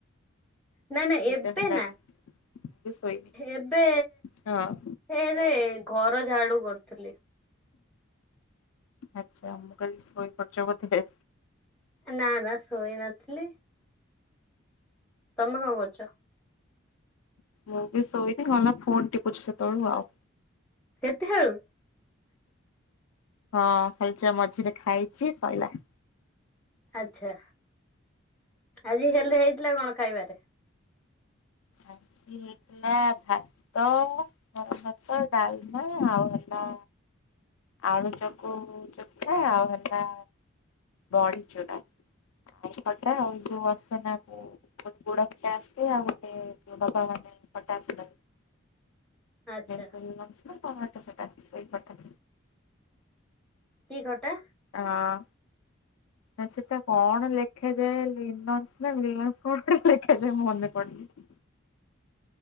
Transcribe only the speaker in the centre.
ନା ନା
ଏବେ
ନା
ଏବେ
ଏବେ ଘର ଝାଡୁ କରୁଥିଲି।
ନା ନା ଶୋଇ ନଥିଲି, ତମେ କଣ କରୁଛ?
କେତେ ବେଳୁ?
ଆଚ୍ଛା ଆଜି ହେଲେ ହେଇଥିଲା କଣ ଖାଇବାଟା?
ଆଚ୍ଛା
କି ଖଟା।